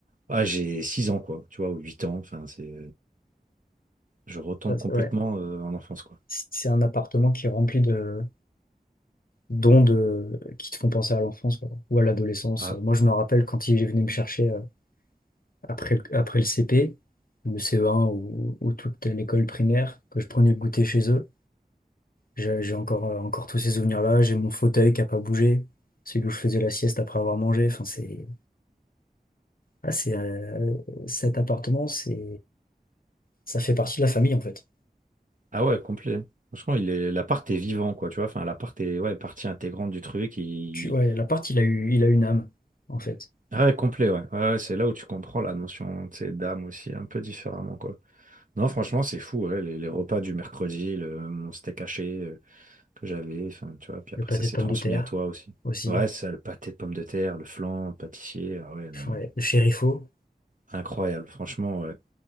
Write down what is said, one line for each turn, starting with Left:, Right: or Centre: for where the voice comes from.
Right: ah, j'ai 6 ans, quoi, tu vois, ou 8 ans. Enfin, c'est, je retombe
Left: Ça, c'est-
Right: complètement
Left: ouais.
Right: euh, en enfance, quoi.
Left: C'est c'est un appartement qui est rempli de d'ondes euh, qui te font penser à l'enfance, quoi, ou à l'adolescence.
Right: Ah,
Left: Moi, je me rappelle quand il venait me chercher euh, après le, après le CP, le CE1 ou, ou toute l'école primaire, que je prenais le goûter chez eux. J'ai j'ai encore, euh, encore tous ces souvenirs-là. J'ai mon fauteuil qui n'a pas bougé, celui où je faisais la sieste après avoir mangé. Enfin, c'est Ah, c'est, euh, cet appartement, c'est, ça fait partie de la famille en fait.
Right: ah ouais, complet. Franchement, il est, l'appart est vivant, quoi, tu vois. Enfin, l'appart est ouais, partie intégrante du truc. Il,
Left: Tu, ouais, l'appart, il a eu, il a une âme en fait.
Right: Ouais, complet, ouais. Ouais, ouais, c'est là où tu comprends la notion, tu sais, d'âme aussi, un peu différemment, quoi. Non, franchement, c'est fou, ouais, les, les repas du mercredi, le, mon steak haché euh, que j'avais, enfin, tu vois, puis après,
Left: Le pâté
Right: ça s'est
Left: de pommes
Right: transmis
Left: de terre
Right: à toi aussi.
Left: aussi.
Right: Ouais, ça, le pâté de pommes de terre, le flan, le pâtissier, ah ouais, non, mais
Left: Ouais, le chérifo.
Right: incroyable, franchement, ouais,